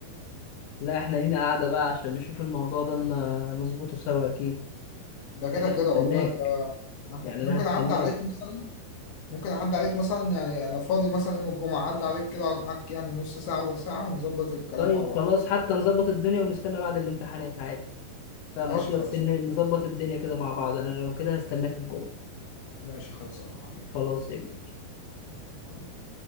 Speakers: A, on the left; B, on the left.
A: لا احنا لينا قاعدة بقى عشان نشوف الموضوع ده ن- نظبطه سوا اكيد
B: ده كده
A: انا
B: كده
A: هستناك
B: والله أنت آه.
A: يعني
B: ممكن
A: انا هستناك
B: أعدي عليك مثلا ممكن أعدي عليك مثلا يعني أنا فاضي مثلا يوم الجمعة أعدي عليك كده أقعد معاك يعني نص ساعة ولا ساعة ونظبط الكلام
A: طيب
B: مع بعض
A: خلاص حتى نظبط الدنيا ونستنى بعد الامتحانات عادي فاهم
B: ماشي
A: قصدي
B: خلصان
A: بس إن- نظبط الدنيا كده مع بعض انا لو كده هستناك الجمعة
B: ماشي خلصان يا حبيبي
A: خلاص يا كبير
B: حبيبي